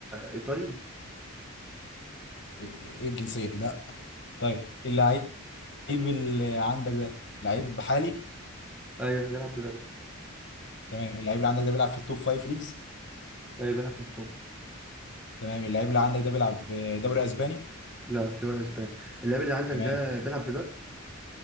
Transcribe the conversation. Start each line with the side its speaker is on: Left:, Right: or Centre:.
Centre: إيطالي؟
Left: ايه إيه الجنسية دي لا طيب اللعيب اللي عندك ده لعيب حالي
Centre: أيوه بيلعب دلوقتي
Left: تمام اللعيب اللي عندك ده بيلعب في التوب فايف ليجز
Centre: أيوه بيلعب في التوب
Left: تمام اللعيب اللي عندك ده بيلعب دوري اسباني
Centre: لا مش دوري اسباني اللاعب اللي عندك
Left: تمام
Centre: ده بيلعب دلوقتي